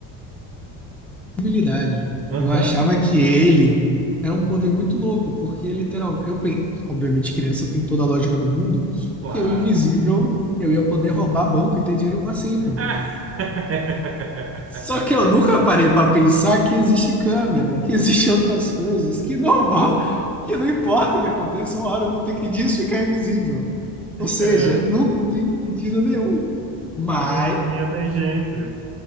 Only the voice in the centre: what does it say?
habilidade.
Eu achava que ele era um poder muito louco, porque literal, eu, pen- obviamente, criança tem toda a lógica do mundo,
que eu invisível, eu ia poder roubar banco e ter dinheiro pra sempre.
Só que eu nunca parei para pensar que existe câmera, que existe outras coisas que não vão, que não importa o que aconteça, uma hora eu vou ter que disso ficar invisível. Ou seja,
não tem sentido nenhum. Mas,